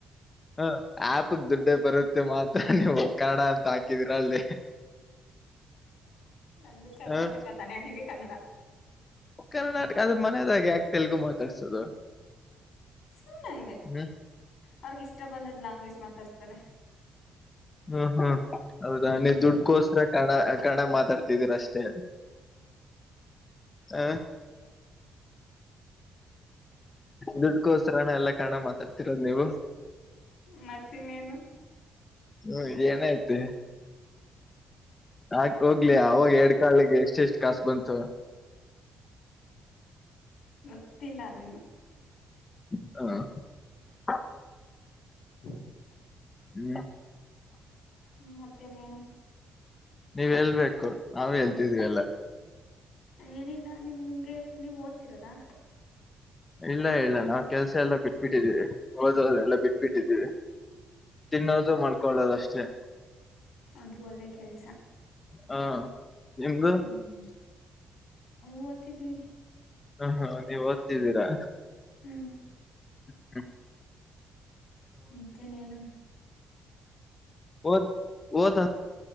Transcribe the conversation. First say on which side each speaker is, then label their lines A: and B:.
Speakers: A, on the left; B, on the left.
A: ಹ ಆಪಕ್ ದುಡ್ಡ ಬರುತ್ತೆ ಮಾತ್ರ. ಕನ್ನಡ ಅಂಥಾ ಹಾಕಿದರ ಅಳ್ಳಿ
B: ನಮ್ದು ಕರ್ನಾಟಕ
A: ಹ.
B: ತಾನೆ ಅದಕ್ಕೆ ಕನ್ನಡ.
A: ಕರ್ನಾಟಕ ಅದ್ರ ಮನದಾಗೆ ಯಾಕೆ ತೆಲುಗು ಮಾತಾಡ್ಸೋದು.
B: ಸುಮ್ಮ್ನೆಂ
A: ಹ್ಮ್
B: ಅವ್ರಗ ಇಷ್ಟ ಬಂದದ್ ಲ್ಯಾಂಗ್ವೇಜ್ ಮಾತಾಡ್ತಾರೆ.
A: ಹ್ಮ ಹ್ಮ್ ಹೌದಾ
B: ಹ್ಮ್
A: ನೀ ದುಡ್ಕೋಸ್ರ ಕನ್ನಡ ಮಾತಾಡ. ಿದರ ಅಷ್ಟೇ ಹ. ದುಡ್ಕೋಸ್ರನ ಎಲ್ಲಾಕನ್ನಡ ಮಾತಾಡ್ತಿರೋದು ನೀವು.
B: ಮತ್ತೆ ಇನ್ನೇನು.
A: ಹ್ಮ ಇ ಏನ ಆಯ್ತು. ಆಕ ಹೋಗ್ಲಿ
B: ಹ್ಮ್
A: ಅವಾಗ ಎಡ್ ಕಾಳಿಗೆ ಎಷ್ಟೆ ಎಷ್ಟು ಕಾಸು ಬಂತು.
B: ಗೊತ್ತಿಲ್ಲ ಅದರು.
A: <unintelligible>
B: ಹ್ಮ.
A: ಹ್ಮ್.
B: ಹ್ಮ್ಮತ್ತೆ ಇನ್ನೇನು.
A: ನೀವ್ ಹೇಳ್ಬೇಕು ನಾವ್ ಹೇಳ್ತಿದ್ವಿ ಎಲ್ಲ.
B: ಏನಿಲ್ಲ ನಿಮ್ಗೆ ನೀವು ಓದ್ತಿರೋದಾ.
A: ಇಲ್ಲ ಇಲ್ಲ ನಾವು ಕೆಲ್ಸ ಎಲ್ಲಾ ಬಿಟ್ಬಿಟ್ಟಿದ್ದೀವಿ ಒಡದು ಎಲ್ಲ ಬಿಟ್ಬಿಟ್ಟಿದ್ದೀವಿ. ತಿನ್ನೋದು ಮಳ್ಕೊಳ್ಳೋದು ಅಷ್ಟೇ.
B: ಅದು ಒಳ್ಳೆ ಕೆಲ್ಸ.
A: ಹಾ ನಿಮ್ದು.
B: ಹ್ಮ್ ಓದ್ತಿದೀವಿ.
A: ಹ್ಮ ಹ್ಮ ನೀವ್ ಓದ್ತಿದ್ದೀರಾ.
B: ಹ್ಮ್.
A: ಹ ಹ್ಮ.
B: ಮತ್ತೆ ಇನ್ನೇನು.
A: ಓ ಓದ್